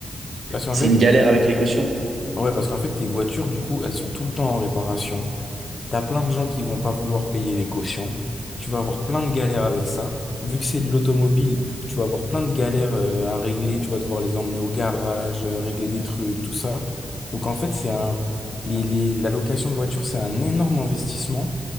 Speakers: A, on the left; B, on the right.
A: Parce qu'en
B: C'est
A: fait,
B: une galère avec les cautions.
A: Ouais, parce qu'en fait, tes voitures, du coup, elles sont tout le temps en réparation. T'as plein de gens qui vont pas vouloir payer les cautions. Tu vas avoir plein de galères avec ça. Vu que c'est de l'automobile, tu vas avoir plein de galères euh, à régler. Tu vas devoir les emmener au garage, euh, régler des trucs, tout ça. Donc en fait, c'est un... les- les- la location de voiture, c'est un énorme investissement.